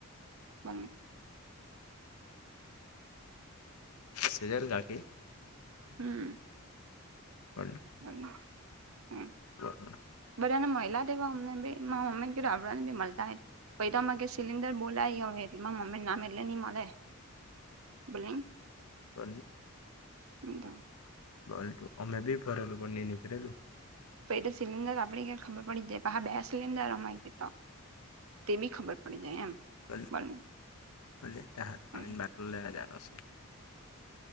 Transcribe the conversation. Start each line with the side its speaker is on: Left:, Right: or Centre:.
Right: બ
Left: સજલ ગાખી.
Right: હમ.
Left: હલ.
Right: હ હમ.
Left: હા.
Right: બર ને મહિલા હતાવા અમને બી મમ્મને રબડ ને બી મળતા. પે તોમાં સિલિન્ડર બોલાય હવે એટલેમાં મમ્મ નામ એટલે નઈ મળે. બોલો.
Left: પન
Right: હમ તો
Left: બલ્ટું અમે બી ભરેલું બને નીકળલું.
Right: પછ તો સિલિન્ડર આપે ક ખબર પડી જાય હા બે સિલિન્ડર અમાય ગ તો. તે બી ખબર પડી જાય એમ.
Left: બ
Right: બોલની
Left: બટ હત પાણી
Right: હમ્મ
Left: બાટલો લજનુંશે.